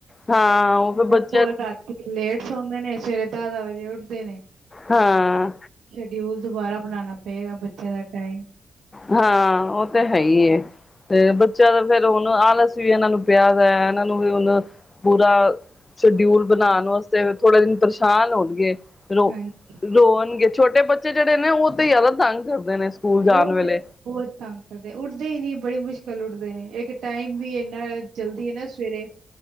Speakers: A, on the left (about 30°); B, on the right (about 75°).
A: ਹਾਂ ਉਹ ਫਿਰ ਬੱਚੇ,
B: ਹੋ ਰਾਤੀ ਲੇਟ ਸੌਦੇ ਨੇ, ਸਵੇਰੇ ਦਾਰਾ ਵਜੇ ਉੱਠਦੇ ਨੇ।
A: ਹਾਂ,
B: ਸ਼ਡਿਊਲ ਦੁਬਾਰਾ ਬਣਾਣਾ ਪਏਗਾ ਬੱਚੇ ਦਾ ਟਾਈਮ
A: ਹਾਂ ਉਹ ਤਾਂ ਹੈ ਹੀ, ਤੇ ਬੱਚਾ ਦਾ ਫੇਰ ਹੁਣ ਆਲਸ ਵੀ ਇਹਨਾਂ ਨੂੰ ਪਿਆ ਦਾ ਇਹਨਾਂ ਨੂੰ ਵੀ ਹੁਣ ਪੂਰਾ। ਸ਼ਡਿਊਲ ਬਣਾਣ ਵਾਸਤੇ ਥੋੜਾ ਦਿਨ ਪਰੇਸ਼ਾਨ ਹੋਣਗੇ। ਰੋ
B: ਹਾਂਜੀ,
A: ਰੋਣਗੇ ਛੋਟੇ ਬੱਚੇ ਜਿਹੜੇ ਨੇ ਉਹ ਤੇ ਜ਼ਿਆਦਾ ਤੰਗ ਕਰਦੇ ਨੇ, ਸਕੂਲ ਜਾਣ
B: ਉਹ
A: ਵੇਲੇ
B: ਤੇ ਬਹੁਤ ਤੰਗ ਕਰਦੇ ਉੱਡਦੇ ਹੀ ਨਹੀਂ ਬੜੀ ਮੁਸ਼ਕਿਲ, ਉੱਠਦੇ ਨੇ ਇੱਕ ਟਾਈਮ ਵੀ ਇੰਨਾ ਜਲਦੀ ਹੈ, ਨਾ ਸਵੇਰੇ